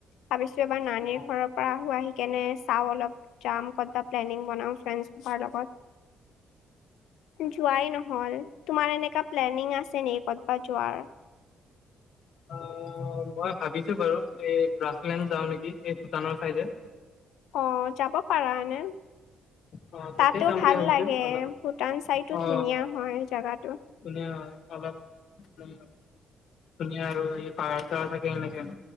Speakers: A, on the left (about 85°); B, on the left (about 65°).
A: ভাবিছোঁ এবাৰ নানীৰ
B: অ
A: ঘৰত তাৰ পৰা আহি কেনে চাওঁ অলপ, যাম ক'ত বা প্লেনিং বনাওঁ ফ্ৰেঞ্চ সোপাৰ লগত
B: <inaudible>
A: যোৱাই নহ'ল তোমাৰ এনেকা প্লেনিং আছে নেকি ক'বাত যোৱাৰ
B: অ', মই ভাবিছোঁ বাৰু এই গ্ৰাছলেণ্ড যাওঁ নেকি, এই ভূটানৰ চাইডে।
A: অ', যাব পাৰা এনে।
B: অ তাতে
A: তাতো
B: যাম
A: ভাল
B: বুলি ভাবিছো
A: লাগে,
B: অলপ
A: ভূটান চাইডো
B: অ
A: ধুনীয়া হয় জাগাটো।
B: ধুনীয়া হয় অলপ ভূটানখন। ধুনীয়া আৰু এই পাহাৰ চাহাৰ থাকে সেনেকে